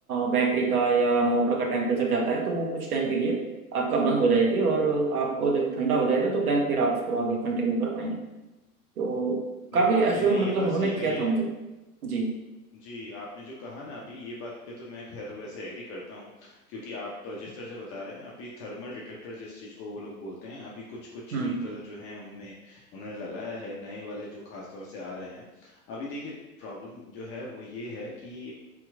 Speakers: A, on the right; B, on the left.
A: बैटरी का या मोटर का टेम्परेचर जाता है तो वो कुछ टाइम के लिए आपका बंद हो जाएगी और आपको जब ठंडा हो जाएगा तो देन फिर आप उसको आगे कंटिन्यू कर पाएंगे तो
B: नहीं
A: काफ़ी एश्योर
B: आप भी नहीं
A: मतलब
B: ये बात
A: उन्होंने
B: सही
A: किया
B: कही है
A: था मुझे जी
B: जी आपने जो कहा ना अभी ये बात पे तो मैं खैर वैसे एग्री करता हूँ क्योंकि आप जिस तरह से बता रहे हैं अभी थर्मल डिटेक्टर जिस चीज़ को वो लोग बोलते हैं अभी कुछ कुछ
A: हम्म
B: व्हीकल जो हैं उनमें उन्होंने लगाया है नए वाले जो खास तौर से आ रहे हैं अभी देखिए प्रॉब्लम जो है वो ये है कि